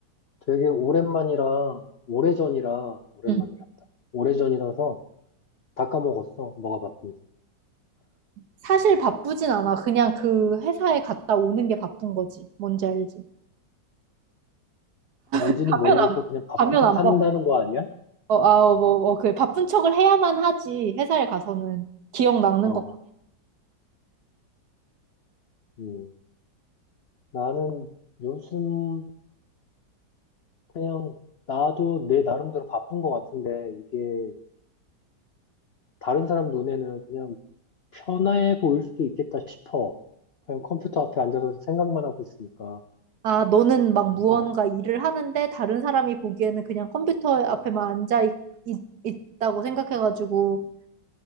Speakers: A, on the left; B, on the right.
A: 되게 오랜만이라, 오래전이라, 오랜만이란다.
B: 응.
A: 오래전이라서 다 까먹었어. 뭐가 바쁜지.
B: 사실 바쁘진 않아. 그냥 그 회사에 갔다 오는 게 바쁜 거지. 뭔지 알지?
A: 뭔지는
B: 가면
A: 모르겠고,
B: 안
A: 그냥 바쁜
B: 가면
A: 척
B: 안
A: 하는다는
B: 바빠.
A: 거 아니야?
B: 어, 아, 어, 뭐, 어, 그 바쁜 척을 해야만 하지, 회사에 가서는. 기억 낚는
A: 어,
B: 거.
A: 음. 나는 요즘 그냥 나도 내 나름대로 바쁜 것 같은데, 이게 다른 사람 눈에는 그냥 편해 보일 수도 있겠다 싶어. 그냥 컴퓨터 앞에 앉아서 생각만 하고 있으니까.
B: 아, 너는 막 어, 무언가
A: 어,
B: 일을 하는데 다른 사람이 보기에는 그냥 컴퓨터 앞에만 앉아 있, 있, 다고 생각해가지고